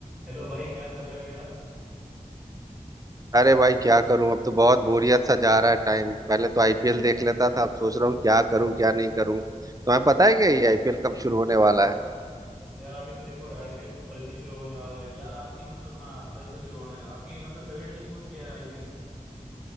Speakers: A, in the centre; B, on the right.
A: Hello भाई क्या कर रहे हो यार
B: अरे भाई क्या करूं अब तो बहुत बोरियत सा जा रहा है टाइम पहले तो आईपीएल देख लेता था अब सोच रहा हूँ क्या करूं क्या नहीं करूं तुम्हें पता है क्या ये आईपीएल कब शुरू होने वाला है
A: यार अभी तो देखो आईपीएल तो कल से शुरू होने वाला है यार आपकी मतलब हाँ कल से शुरू होने वाला है आपकी मतलब फेवरेट टीम कौन सी है यार आईपीएल में